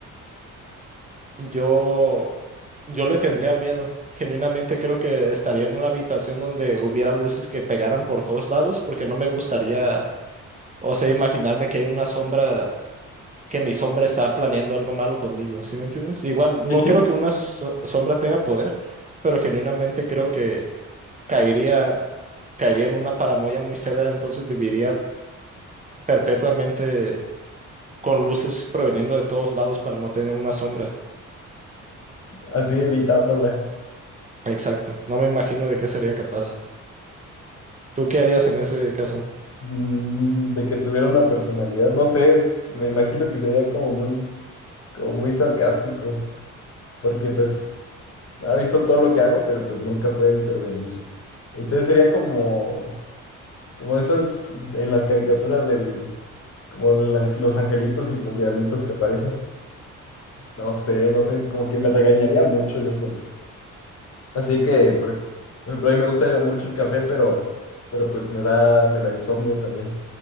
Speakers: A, on the right; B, on the left.
A: yo, yo le tendría miedo. Genuinamente creo que estaría en una habitación donde hubiera luces que pegaran por todos lados, porque no me gustaría, o sea, imaginarme que hay una sombra que mi sombra está planeando algo malo conmigo, ¿sí me entiendes? Igual, no
B: <laughs>
A: creo que una so- sombra tenga poder, pero genuinamente creo que caería, caería en una paranoia muy severa, entonces viviría perpetuamente con luces proveniendo de todos lados para no tener una sombra.
B: Así evitándola.
A: Exacto, no me imagino de qué sería capaz. ¿Tú qué harías en ese caso?
B: Mm, De que tuviera una personalidad. No sé, es- me imagino que sería como muy, como muy sarcástico. Porque pues ha visto todo lo que hago, pero pues nunca puede intervenir. Entonces sería como. Como esas en las caricaturas del, como el ang- los angelitos y los diablitos que aparecen. No sé, no sé, como que me regañaría mucho, yo siento. Así que, por, por ejemplo, a mí me gusta mucho el café, pero, pero pues me da, me da insomnio también.